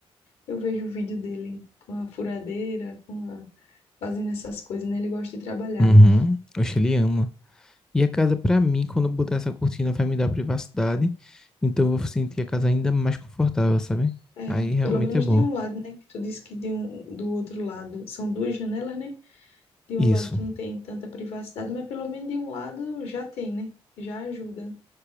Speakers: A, on the left; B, in the centre.
A: eu vejo o vídeo dele com a furadeira, com a, fazendo essas coisas, né? Ele gosta de trabalhar,
B: Uhum.
A: né?
B: Acho que ele ama. E a casa, pra mim, quando eu botar essa cortina, vai me dar privacidade. Então eu vou sentir a casa ainda mais confortável, sabe?
A: É,
B: Aí realmente
A: pelo menos
B: é bom.
A: de um lado, né? Que tu disse que de um, do outro lado são duas janelas, né? De um
B: Isso.
A: lado tu não tem tanta privacidade, mas pelo menos de um lado já tem, né? Já ajuda.